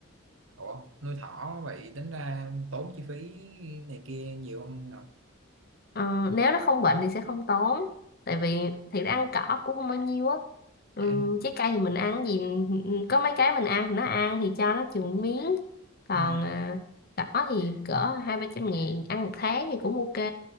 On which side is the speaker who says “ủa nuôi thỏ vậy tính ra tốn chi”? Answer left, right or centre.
Right